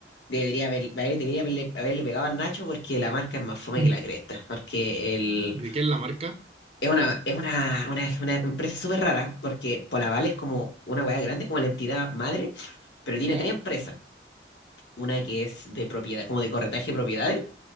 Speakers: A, on the left; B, on the right.
A: debería haber, haber- debería haberle, haberle pegado al Nacho porque la marca es más fome
B: Mm.
A: que la cresta, porque el,
B: ¿De qué es la marca?
A: es una, es una, una, una empresa súper rara, porque Polaval es como una hueá grande, como la entidad madre, pero tiene
B: ¿Ya?
A: tres empresas. Una que es de propiedad, como de corretaje de propiedades